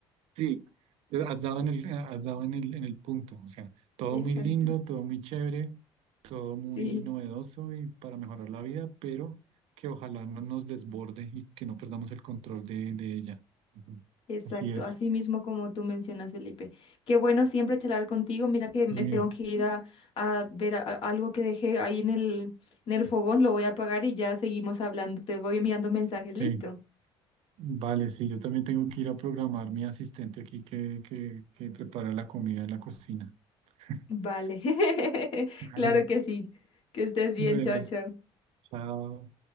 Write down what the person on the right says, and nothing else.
Sí, eh, has dado en el, eh, has dado en el, en el punto, o sea, todo
muy lindo, todo muy chévere, todo muy
novedoso y para mejorar la vida, pero que ojalá no nos desborde y que no perdamos el control de, de ella. Ujú.
Así es.
Sí,
sí.
Vale, sí, yo también tengo que ir a programar mi asistente aquí que, que, que prepara la comida en la cocina. <laughs>
Vale.
Bueno,
chao.